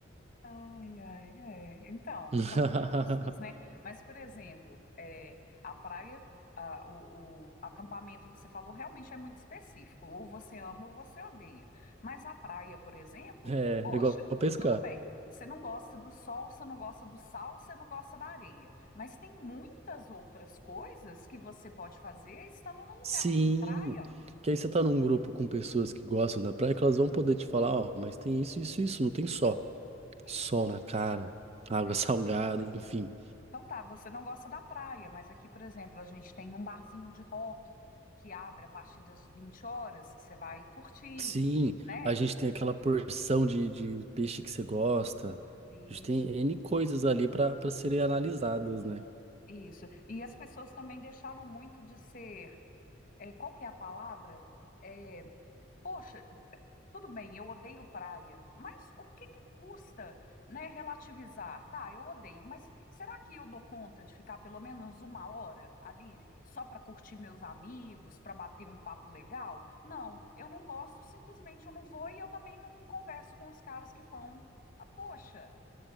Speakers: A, on the left (about 45°); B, on the right (about 30°).
A: Ai, ai, é. Então,
B: <laughs>
A: são postos, né? Mas, por exemplo, é, a praia, a- o, o acampamento, você falou, realmente é muito específico. Ou você ama ou você odeia. Mas a praia, por exemplo,
B: É,
A: poxa,
B: é igual pescar.
A: tudo bem. Você não gosta do sol, você não gosta do sal, você não gosta da areia. Mas tem muitas outras coisas que você pode fazer estando num
B: Sim,
A: lugar que tem praia.
B: que aí você tá num grupo com pessoas que gostam da praia, que elas vão poder te falar, ó, mas tem isso, isso, isso, não tem só. Sol
A: Isso,
B: na cara, água
A: é.
B: <laughs> salgada, enfim.
A: Então tá, você não gosta da praia, mas aqui, por exemplo, a gente tem um barzinho de rock que abre a partir das 20 horas, que você vai curtir,
B: Sim,
A: né?
B: a gente tem aquela porção de, de peixe que você gosta.
A: Isso,
B: A gente tem N coisas ali para para serem analisadas, né? <laughs>
A: isso. E as pessoas também deixaram muito de ser, é, qual que é a palavra? É, poxa, Tudo bem, eu odeio praia, mas o que que custa, né, relativizar? Tá, eu odeio, mas será que eu dou conta de ficar pelo menos uma hora ali só para curtir meus amigos, para bater um papo legal? Não, eu não gosto, simplesmente eu não vou e eu também não converso com os caras que vão. Ah, poxa,